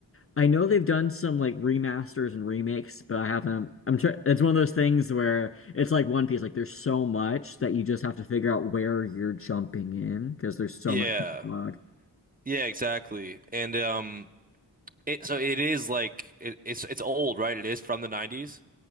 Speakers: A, on the left; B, on the right.
A: I know they've done some like remasters and remakes, but I haven't. I'm trying. It's one of those things where it's like One Piece. Like there's so much that you just have to figure out where you're jumping in because there's so
B: Yeah,
A: much backlog.
B: yeah, exactly. And um, it so it is like it, it's it's old, right? It is from the '90s.